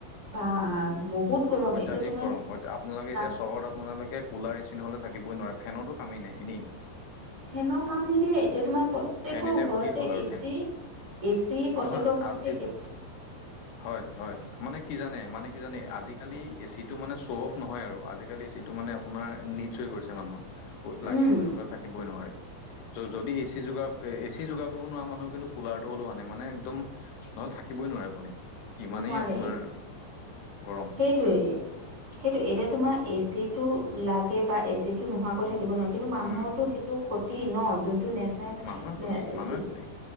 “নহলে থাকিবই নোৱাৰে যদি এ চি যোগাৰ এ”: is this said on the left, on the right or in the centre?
Left